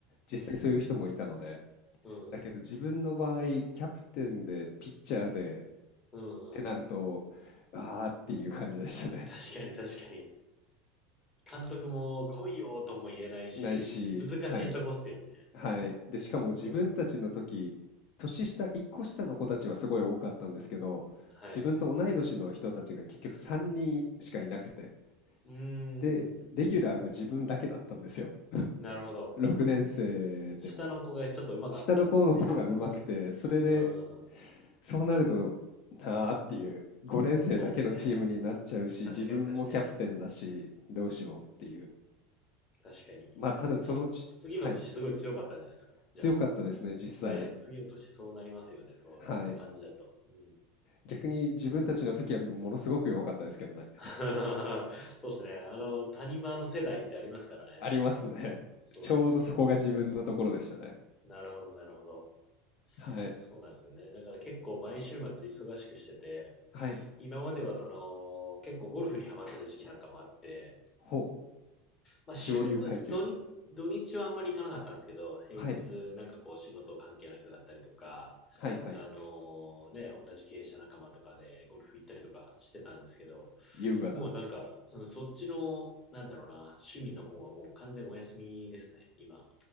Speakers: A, on the left; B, on the left.
A: 実際そういう人もいたので。
B: うん。うん、
A: だけど自分の場合、
B: うん、
A: キャプテンでピッチャーでっ
B: うん。
A: てなると、
B: うん
A: ああっていう感じでしたね。
B: 確かに確かに。監督も来いよとも言えないし、
A: <laughs> ないし、
B: 難しいとこっすよね。
A: はい、はい。で、しかも自分たちの時、
B: うん。
A: 年下、1個下の子たちはすごい多かったんですけど、
B: はい。
A: 自分と同い年の人たちが結局3人しかいなくて。
B: うーん。
A: で、レギュラーが自分だけだったんですよ。
B: なるほど。
A: 6年生でも。
B: 下の子がちょっと上手かったんですね。
A: 下の子の方が上手くて、
B: うん。
A: それで、
B: うん。
A: そうなると、なあっていう、5年生だけのチームになっちゃうし、
B: そうっすね。確かに確かに。
A: 自分もキャプテンだし、どうしようっていう。
B: 確かに。
A: まあ、ただそのち、
B: その次の年すごい強かったんじゃないですか。
A: はい、強かったですね、
B: じゃあ。
A: 実際。
B: ね、次の年そうなりますよね。そう、
A: はい。
B: その感じだと。うん。
A: 逆に自分たちの時はものすごく弱かったですけどね。
B: <laughs> そうですね。あの、谷間の世代ってありますからね。
A: ありますね。
B: そうそうそう。
A: <laughs> ちょうどそこが自分のところでしたね。
B: なるほど、なるほど。
A: はい。
B: そうなんですよね。だから結構毎週末忙しくしてて、
A: はい。
B: 今まではその結構ゴルフにハマってた時期なんかもあって、
A: ほう。
B: まあ週末土日、
A: 上流階級な。
B: 土日はあんまり行かなかったんですけど、平日なんかこう仕事関係の人だったりとか、
A: はい。はいはい。
B: あのね、同じ経営者仲間とかでゴルフ行ったりとかしてたんですけど、
A: 優雅だ。
B: もうなんか、うん、そっちの、なんだろうな、趣味の方はもう完全お休みですね、今。